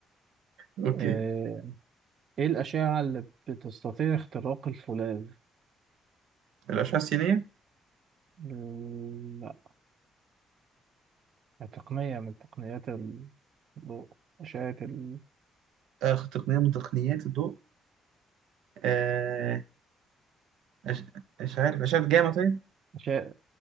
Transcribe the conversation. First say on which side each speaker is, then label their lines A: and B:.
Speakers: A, on the right (about 85°); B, on the right (about 60°).
A: اوكي
B: آه، ايه الأشعة اللي بتستطيع اختراق الفولاذ؟
A: الاشعة السينية
B: ال- لا تقنية من تقنيات الضوء أشعة ال...
A: آه تقنية من تقنيات الضوء آه أش... مش عارف اشعة جاما طيب
B: أشعة